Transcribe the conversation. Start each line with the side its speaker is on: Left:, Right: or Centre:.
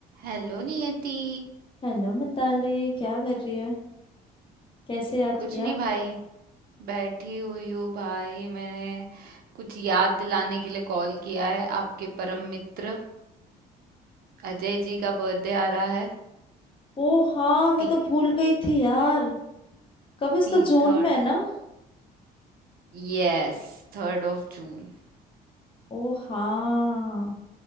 Right: Hello Niyati
Left: Hello Mitali क्या कर रही है कैसे याद
Right: कुछ
Left: किया
Right: नहीं भाई बैठी हुई हूँ भाई मैंने कुछ याद दिलाने के लिए कॉल किया है आपके परम मित्र अजय जी का बर्थडे आ रहा है
Left: ओ हाँ मैं
Right: ती
Left: तो भूल गई थी यार कभी उसका
Right: ती
Left: जून
Right: third
Left: में है ना
Right: yes third of June
Left: ओ हाँ